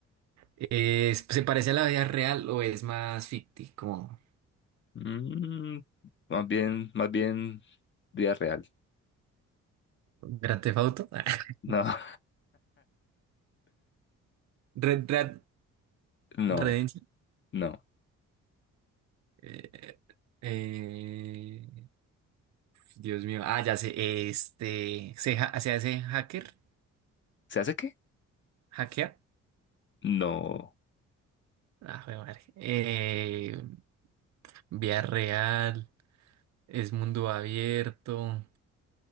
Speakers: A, on the right (about 65°); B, on the left (about 40°).
A: Es- ¿se parece a la vida real o es más ficti? Como
B: Mm, más bien, más bien vida real.
A: Grand Theft Auto. <laughs>
B: No, <laughs>
A: Red Dead
B: no,
A: Redemption.
B: no.
A: Eh, eh, Dios mío. Ah, ya sé. Este. Se, ja- se hace hacker.
B: ¿Se hace qué?
A: Hackear.
B: No.
A: Ah, jue madre. Eh, vía real. Es mundo abierto.